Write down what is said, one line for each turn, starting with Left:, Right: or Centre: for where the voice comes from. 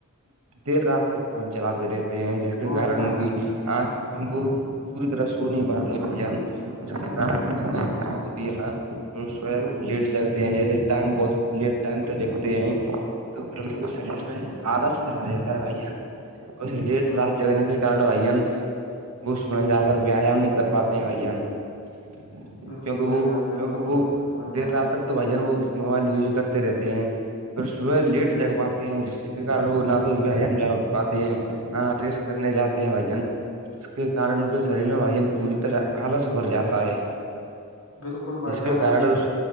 Right: دیر رات تک فون چلاتے رہتے ہیں جس کے کارن
Left: اور کیا
Right: ان کی آنکھ وہ پوری طرح سو نہیں پاتے بھ ج
Left: بالکل
Right: کےار خ یہاں توح
Left: بالکل
Right: لیٹ جگتے ہیں جیسے ٹائم بہت لیٹ ٹائم تو جگتے ہیں <unintelligible> تو
Left: بالکل
Right: س میں آلس پر آ رہتا ہے بھائی جان اور
Left: بالکل
Right: لیٹ
Left: بھائی
Right: رات
Left: جان
Right: جگنے کی ارڈ بھائی جان وہس میں جا کر ویایام نہیں کر پاتے ہیں بھائی جان کیونکہ
Left: بالکل بھائی
Right: وہ
Left: جان آپ نے
Right: کیونکہ
Left: بالکل
Right: وہ
Left: درست فرمایا
Right: دیر رات تک تو بھائی ج نے وہ موبائل یوز کرتے رہتے ہیں پھر صبح لیٹ جگ پاتے ہیں جس کے کار وہ نہ تو ویایام جا پاتے ہیں ہاں ریسک کرنے جاتے ہیں بھائی جان اس کے کن ان کے شریر میں وجن پوری طرح آلس بھر جاتا ہے
Left: بالکل
Right: جس
Left: بھائی جان
Right: کے کارن
Left: اچھی
Right: اس